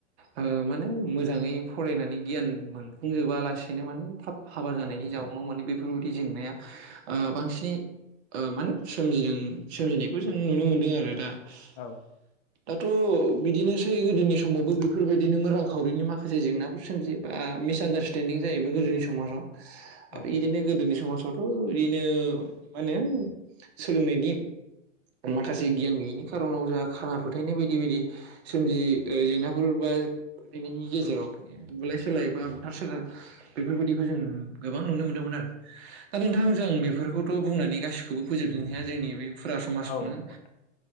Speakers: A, on the right (about 55°); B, on the left (about 40°).
A: ओ माने मोजाङै फराय नानै गियान मोनफुंजोबा लासिनो माने थाब हाबा जानायनि जाउ नाव माने बेफोरबायदि जेंनाया ओ बांसिनै ओ माने सोमजिदों सोमजिनायखौ जों नुनो मोन्दों आरो दा दाथ'
B: औ
A: बिदिनो सै गोदोनि समावबो बेफोरबायदिनो रांखावरिनि माखासे जेंनाफोर सोमजियो बा मिसआडार्स्टेदिं जायो गोदोनि‌ समाजयाव
B: औ
A: आरो यदिनो गोदोनि समाजावथ' बिदिनो मा होनो सोलोंनायनि माखासे गियान गैयिनि खार'नाव जाहा खाना फोथायनाय बायदि बायदि सोमजियो जेंनाफोर बा फोथायनायनि गेजेराव बुलाय सोलाय बा बुथार सोलाय बेफोरबायदिखौ जों गोबां नुनो मोन्दोंमोन आरो दा नोंथांजों बेफोरखौथ' बुंनानै गासिखौबो फोजोबजोबनो हाया जोंनि बे फुरा समाजखौनो
B: औ नंगौ नोंथां।